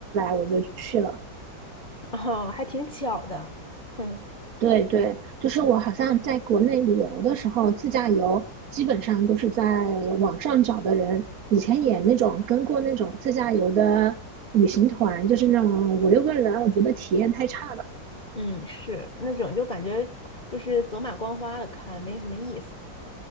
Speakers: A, on the right (about 50°); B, on the left (about 30°).
A: 我就去了。
B: <laughs> 哦，还挺巧的。哼，
A: 对对，就是我好像在国内旅游的时候，自驾游基本上都是在网上找的人。以前也那种跟过那种自驾游的旅行团，就是那种五六个人，我觉得体验太差了。
B: 嗯，是那种就感觉就是走马观花的看，没什么意思。